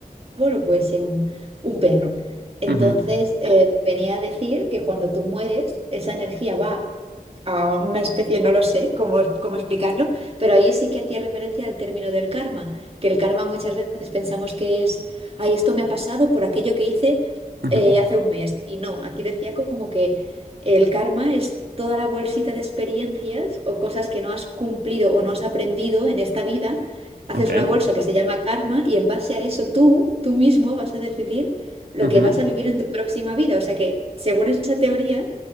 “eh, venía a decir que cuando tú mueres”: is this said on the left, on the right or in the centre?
Right